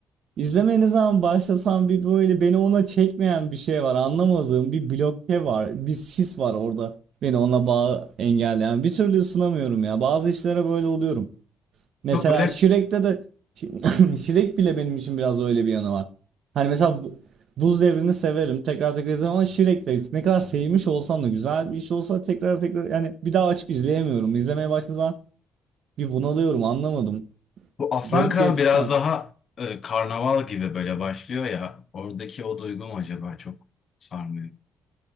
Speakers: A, on the right (about 65°); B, on the left (about 50°).
A: İzlemeye ne zaman başlasam bir böyle beni ona çekmeyen bir şey var. Anlamadığım bir bloke var. Bir sis var orada. Beni ona bağ engelleyen. Bir türlü ısınamıyorum ya. Bazı işlere böyle oluyorum. Mesela
B: Çok böyle
A: Shrek'te de <laughs> Shrek bile benim için biraz öyle bir yanı var. Hani mesela bu- Buz Devri'ni severim. Tekrar tekrar izlerim ama Shrek'te ne kadar sevmiş olsam da güzel bir iş olsa tekrar tekrar yani bir daha açıp izleyemiyorum. İzlemeye başladığım zaman bir bunalıyorum. Anlamadım.
B: bu Aslan
A: Garip
B: Kral
A: bir etkisi
B: biraz
A: var.
B: daha e, karnaval gibi böyle başlıyor ya. Oradaki o duygu mu acaba çok sarmıyor.